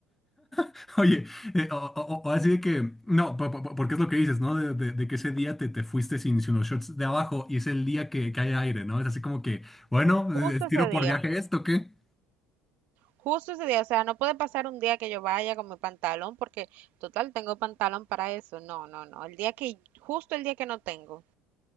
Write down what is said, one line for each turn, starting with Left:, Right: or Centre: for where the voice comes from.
Centre: <laughs> Oye, eh, o, o- o así de que, no, po- po- po- porque es lo que dices, ¿no? De, de- de que ese día te, te fuiste sin, sin los shorts de abajo y es el día que, que hay aire, ¿no? Es así como que, bueno,
Right: Justo
Centre: eh, tiro
Right: ese día.
Centre: por viaje esto, ¿qué?
Right: Justo ese día, o sea, no puede pasar un día que yo vaya con mi pantalón porque total tengo pantalón para eso. No, no, no. El día que, justo el día que no tengo,